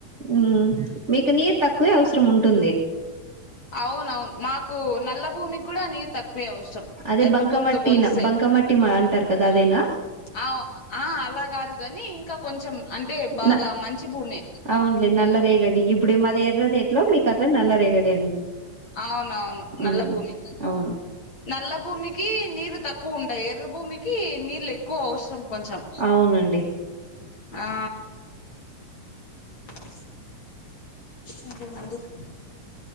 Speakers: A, on the right; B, on the left.
A: మ్మ్ మీకు నీరు తక్కువే అవసరం ఉంటుంది
B: అవునవును మాకు నల్ల భూమికి కూడా నీరు తక్ క్కువే అవసరం
A: అదే
B: ఎర్ర
A: బంకమట్టి
B: భూమితో పోలిస్తే
A: న- బంకమట్టి మ- అంటారు కదా అదేనా
B: ఆ ఆ అలా కాదు కాని ఇంకా కొంచెం అంటే బాగా
A: న
B: మంచి భూమి
A: అవున్లే నల్ల రేగడి ఇ ఇప్పుడు మాది ఎర్రది ఎట్లో మీకు అట్లా నల్ల రేగడి అండి
B: అవునవును నల్ల
A: ఉమ్
B: భూమి
A: అవును
B: నల్ల భూమికి నీరు తప్ క్కువ ఉంటాయి ఎర్ర భూమికి నీళ్లు ఎక్కువ అవసరం కొంచెం
A: అవునండి
B: ఆ <inaudible>